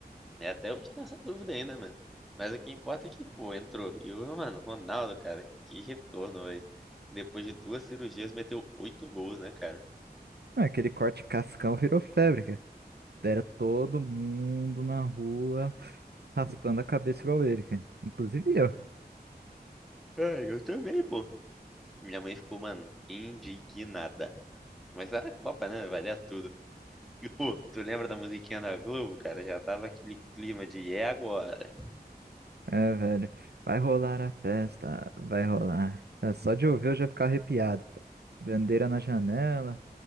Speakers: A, in the centre; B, on the right.
A: É, até hoje tem essa dúvida ainda, né, mano. Mas o que importa é que, pô, entrou. E o, mano, Ronaldo, cara, que retorno, velho. Depois de duas cirurgias, meteu oito gols, né, cara?
B: Ah, aquele corte cascão virou febre, cara. Era todo mundo na rua raspando a cabeça igual ele, cara. Inclusive eu.
A: É, eu também, pô. Minha mãe ficou, mano, indignada. Mas era a Copa, né? Valia tudo. E, pô, tu lembra da musiquinha da Globo, cara? Já dava aquele clima de é agora.
B: É, velho. Vai rolar a festa, vai rolar. É, só de ouvir eu já ficar arrepiado. Bandeira na janela,